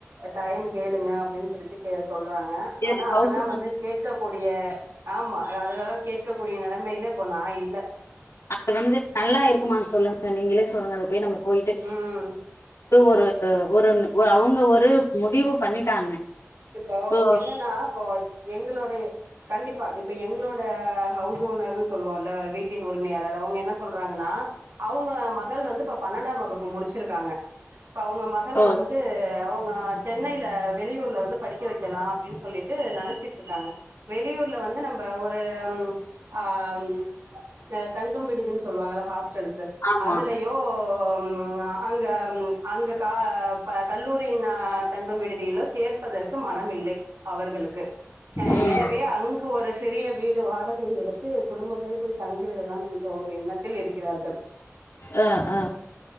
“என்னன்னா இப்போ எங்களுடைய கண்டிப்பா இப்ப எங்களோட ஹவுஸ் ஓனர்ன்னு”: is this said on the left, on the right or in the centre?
Right